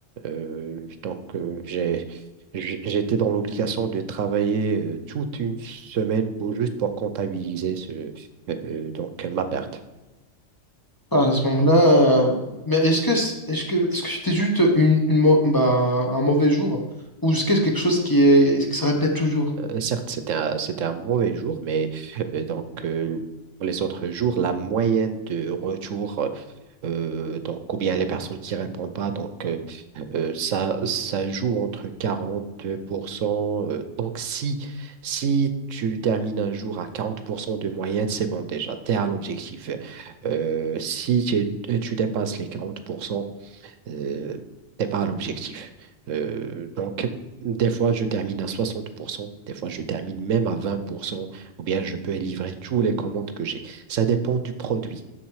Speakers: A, on the right; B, on the left.
A: Euh, donc, euh, j'ai, j'- j'étais dans l'obligation de travailler euh, toute une semaine pour, juste pour comptabiliser ce, euh, euh, donc, ma perte.
B: Ah, à ce moment-là, euh, mais est-ce que c- est-ce que est-ce que c'était juste une, une mau- bah, un mauvais jour ou est-ce que c'est quelque chose qui est qui se répète toujours?
A: Euh, certes, c'était un, c'était un mauvais jour, mais euh, donc, euh, pour les autres jours, la moyenne de retour euh, donc, ou bien les personnes qui répondent pas. Donc, euh, euh, ça, ça joue entre 40%. euh, donc, si, si tu termines un jour à 40% de moyenne, c'est bon déjà, tu es à l'objectif. Euh, si tu, tu dépasses les 40%, euh, t'es pas à l'objectif. Euh, donc, des fois, je termine à 60%, des fois, je termine même à 20%, ou bien je peux livrer tous les commandes que j'ai. Ça dépend du produit.